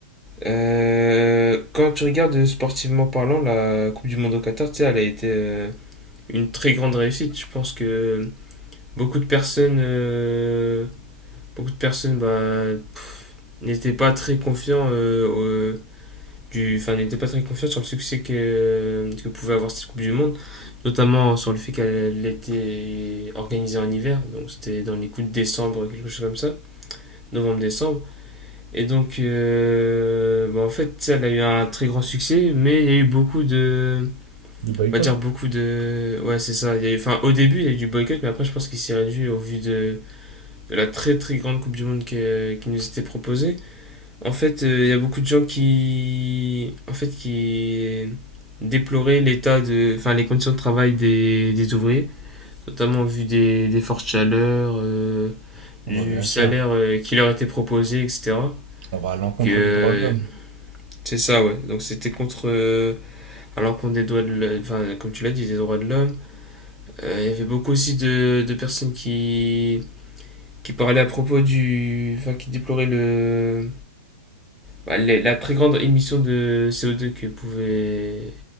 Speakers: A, in the centre; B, on the right.
A: Euh, quand tu regardes euh, sportivement parlant, la Coupe du Monde au Qatar, tu sais, elle a été euh, une très grande réussite. Je pense que beaucoup de personnes, euh, beaucoup de personnes, bah, n'étaient pas très confiants euh, du, enfin, n'était pas très confiant sur le succès que, que pouvait avoir cette Coupe du Monde, notamment sur le fait qu'elle était organisée en hiver, donc c'était dans les coups de décembre, quelque chose comme ça, novembre-décembre. Et donc, euh, bah, en fait, ça, elle a eu un très grand succès, mais il y a eu beaucoup de.
B: Du boycott?
A: On va dire beaucoup de. Ouais, c'est ça. Il y a eu... enfin, au début, il y a eu du boycott, mais après, je pense qu'il s'est réduit au vu de, de la très très grande Coupe du Monde qui, qui nous était proposée. En fait, euh, il y a beaucoup de gens qui, en fait, qui déploraient l'état de, enfin, les conditions de travail des, des ouvriers, notamment en vue des, des fortes chaleurs, euh,
B: Ah
A: du
B: bah, bien
A: salaire
B: sûr.
A: euh, qui leur était proposé, etc.
B: On va à l'encontre
A: Donc, euh,
B: des droits de l'homme.
A: c'est ça, ouais. Donc, c'était contre, euh, à l'encontre des droits de, l'homme- enfin, comme tu l'as dit, des droits de l'homme. Euh, il y avait beaucoup aussi de, de personnes qui, qui parlaient à propos du, enfin, qui déploraient le, bah, la, la très grande émission de CO2 que pouvait,